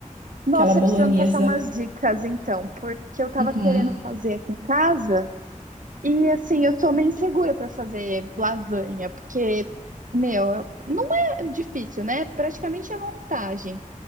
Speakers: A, on the right; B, on the right.
A: Nossa,
B: Aquela bolonhesa.
A: precisa me passar umas dicas, então, porque eu tava
B: Uhum.
A: querendo fazer aqui em casa E assim, eu sou meio insegura para fazer lasanha, porque, meu, eu- não é difícil, né? Praticamente é montagem.